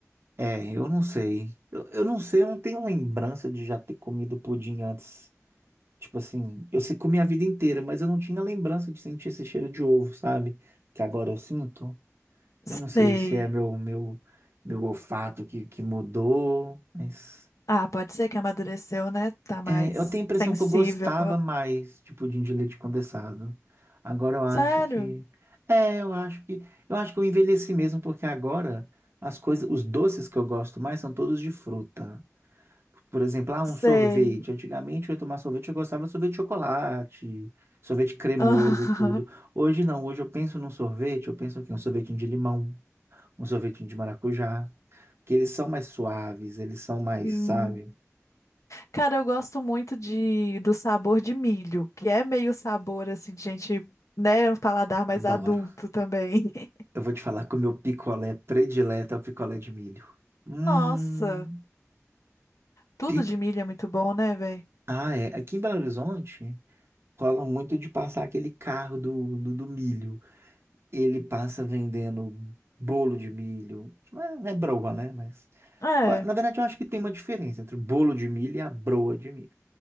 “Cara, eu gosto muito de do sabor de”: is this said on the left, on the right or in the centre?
Left